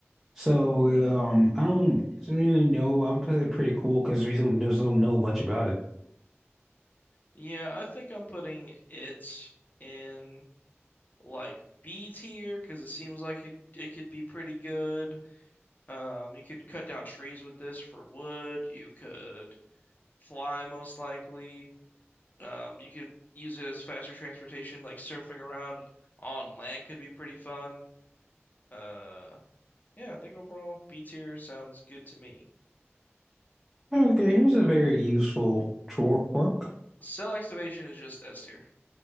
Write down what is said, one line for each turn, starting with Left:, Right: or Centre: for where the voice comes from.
Centre: So um, I don't really know. I'm pretty pretty cool because we don't just don't know much about it.
Left: Yeah, I think I'm putting it in like B tier because it seems like it it could be pretty good. Um, you could cut down trees with this for wood. You could fly most likely. Um, you could use it as faster transportation, like surfing around on land could be pretty fun. Uh, yeah, I think overall B tier sounds good to me.
Centre: Okay, here's a very useful tro- work.
Left: Cell activation is just S tier.